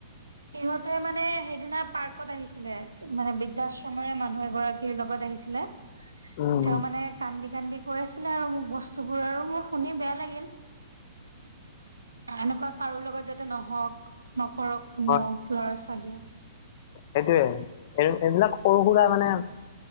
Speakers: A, on the right (about 85°); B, on the left (about 45°).
A: সিহঁতে মানে সেইদিনা পাৰ্কত আহিছিলে মানে বৃদ্ধাশ্ৰমৰে মানুহ। এগৰাকী লগত আহিছিলে
B: উম।
A: তেওঁ মানে কান্দি কান্দি। হৈ আছিলে আৰু মোক বস্তুবোৰ আৰু মোৰ শুনি বেয়া লাগিল। এনেকুৱা কাৰো লগত যাতে নহওক নকৰক কোনো
B: হয়,
A: ল'ৰা ছোৱালীয়ে।
B: সেইটোয়ে এই এইবিলাক সৰু সুৰা মানে।